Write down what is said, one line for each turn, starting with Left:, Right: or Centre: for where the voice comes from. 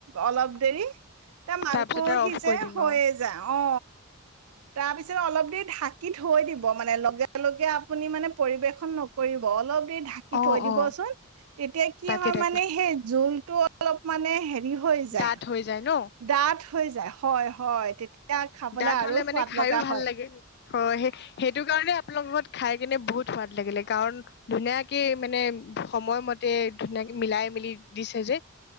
Right: অলপ দেৰি, মাংসও
Left: তাৰপিছত আৰু
Right: সিজে
Left: অফ কৰি দিম
Right: হৈয়ে
Left: আৰু
Right: যায়, অ! তাৰপিছত, অলপ দেৰি ঢা ঢাকি থৈ দিব, মানে লগে, লগে আপুনি মানে পৰিৱেশন নকৰিব অলপ ঢাকি
Left: অ
Right: থৈ দিবচোন।
Left: অ
Right: তেতিয়া, কি
Left: তাকে
Right: হয়
Left: তাকে
Right: মানে সেই জোল টো অলপ মানে হে হৈ যায়
Left: দাঁত হৈ যায় ন
Right: দাতঁ হৈ যা হয় হয় তেতিয়া খাবলৈ
Left: দাঁত
Right: আৰু
Left: হলে
Right: সোৱাদ
Left: মানে খাইও
Right: লগা
Left: ভাল
Right: হয়
Left: লাগে হয় সেই সেইটো কাৰণে আপোনালোক ত খাই কেনে বহুত সোৱাদ লাগিলে কাৰণ ধুনীয়াকে মানে সময়মতে ধুনাকে মিলাই মিলি দিছে যে